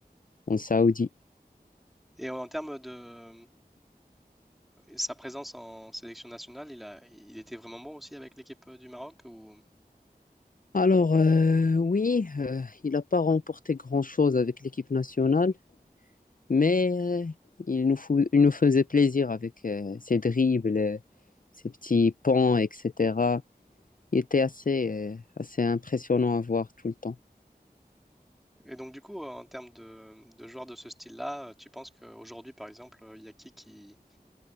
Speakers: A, on the left; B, in the centre.
A: en Saoudi.
B: Et en termes de sa présence en sélection nationale, il a, il était vraiment bon aussi avec l'équipe euh, du Maroc ou...
A: Alors, euh, oui, euh, il n'a pas remporté grand-chose avec l'équipe nationale, mais euh, il nous, fou- il nous faisait plaisir avec euh, ses dribbles, euh, ses petits pans, etc. Il était assez, euh, assez impressionnant à voir tout le temps.
B: Et donc du coup, euh, en termes de, de joueurs de ce style-là, euh, tu penses qu'aujourd'hui, par exemple, euh, il y a qui qui...